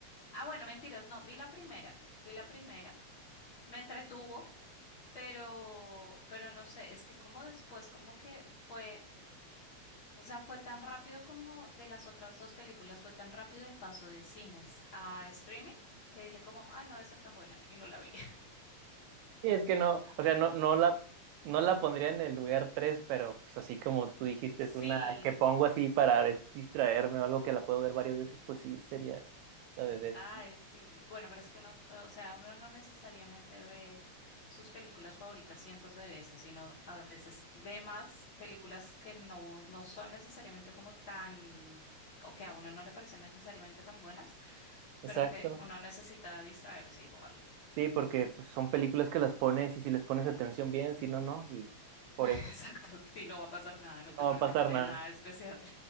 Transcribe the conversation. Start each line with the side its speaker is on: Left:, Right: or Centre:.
Left: Ah, bueno, mentiras, no, vi la primera, vi la primera, me entretuvo, pero, pero no sé, es que como después, como que fue O sea, fue tan rápido como de las otras dos películas, fue tan rápido el paso de cines a streaming que dije como, ay, no debe ser tan buena y no la vi. <laughs>
Right: Y es que no, o sea, no, no la, no la pondría en el lugar 3 pero pues así como tú dijiste,
Left: Sí,
Right: es una que pongo así para des- distraerme o algo que la puedo ver varias veces, pues sí, sería la de Deadpool.
Left: ay, sí. Bueno, pero es que uno, o sea, uno no necesariamente ve sus películas favoritas cientos de veces, sino a veces ve más películas que no, no son necesariamente como tan, o que a uno no le parecen necesariamente tan buenas,
Right: Exacto.
Left: pero que uno necesita distraerse igual.
Right: Sí, porque pues, son películas que las pones y si les pones atención bien, si no, no. Y por
Left: <laughs> Exacto,
Right: eso
Left: si no va a pasar nada, no
Right: No
Left: te perdiste
Right: va a pasar nada.
Left: de nada especial.